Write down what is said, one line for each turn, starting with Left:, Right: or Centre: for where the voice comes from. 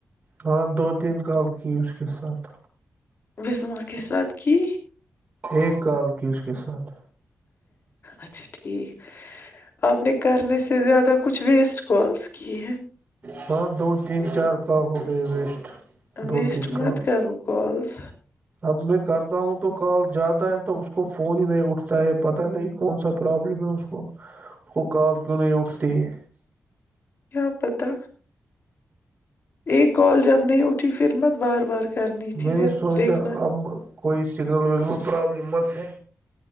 Right: ہاں دو تین کال کی اس کے ساتھ
Left: بسما کے ساتھ کی
Right: ایک کال کی اس کے ساتھ
Left: اچھا ٹھیک آپ نے کرنے سے زیادہ کچھ ویسٹ کالس کی ہیں
Right: ہاں دو تین چار کال ہو گئے ویسٹ دو
Left: ویسٹ
Right: تین کال
Left: مت کرو کالز
Right: اب میں کرتا ہوں تو کال جاتا ہے تو اس کو فون ہی نہیں اٹھتا ہے پتا نہیں کون سا پرابلم ہے اس کو وہ کال کیوں نہیں اٹھتی ہے
Left: کیا پتا ایک کال جب نہیں اٹھی پھر مت بار بار کرنی تھی
Right: میں
Left: پھر
Right: نے سوچا
Left: دیکھنا
Right: ہم کوئی سگنل وگنل پربلم ہے